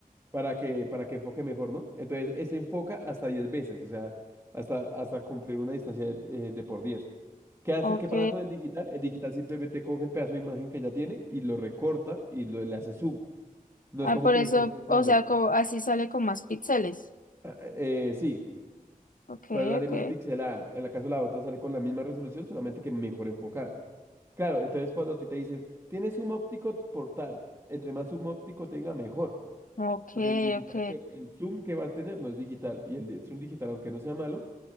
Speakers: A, on the right; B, on the left.
A: Para que, para que enfoque mejor, ¿no? Entonces, ese enfoca hasta 10 veces, o sea, hasta, hasta cumplir una distancia de, eh, de por 10. ¿Qué hace?
B: Ok.
A: ¿Qué pasa con el digital? El digital simplemente coge el pedazo de imagen que ya tiene y lo recorta y lo- le hace zoom. No
B: Ah,
A: es como
B: por
A: que
B: eso,
A: lo esté enfocando.
B: o sea, como, así sale con más píxeles.
A: Ah, eh, eh, sí,
B: Ok,
A: puedes darle
B: ok,
A: más pixel a, en el caso la otra sale con la misma resolución, solamente que mejor enfocada. Claro, entonces cuando a ti te dicen, tienes zoom óptico por tal, entre más zoom óptico tenga, mejor.
B: ok,
A: Lo que significa
B: ok.
A: que el zoom que va a tener no es digital. Y el de- zoom digital, aunque no sea malo,